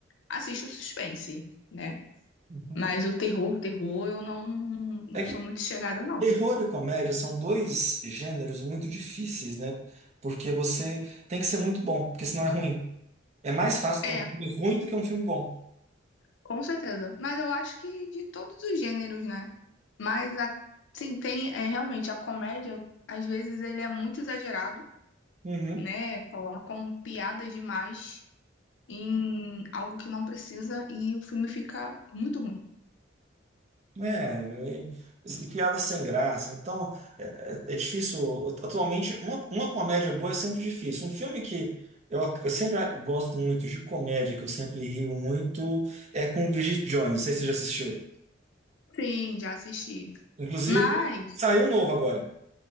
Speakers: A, on the left (about 70°); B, on the right (about 35°).
A: Assisto suspense, né?
B: Uhum.
A: Mas o terror, terror, eu não, não
B: É que
A: sou muito chegada, não.
B: terror e comédia são dois gêneros muito difíceis, né? Porque você tem que ser muito bom, porque senão é ruim. É mais fácil ter
A: É,
B: um filme ruim do que um filme bom.
A: com certeza. Mas eu acho que de todos os gêneros, né? Mas, a, sim, tem, é, realmente, a comédia, às vezes, ele é muito exagerado,
B: Uhum.
A: né? Colocam piadas demais em algo que não precisa e o filme fica muito ruim.
B: né, É, e- piada sem graça. Então, é, é- é difícil. Atualmente, uma, uma comédia boa é sempre difícil. Um filme que eu, eu sempre gosto muito de comédia, que eu sempre rio muito, é com Bridget Jones. Não sei se você já assistiu.
A: Sim, já assisti.
B: Inclusive,
A: Mas,
B: saiu um novo agora.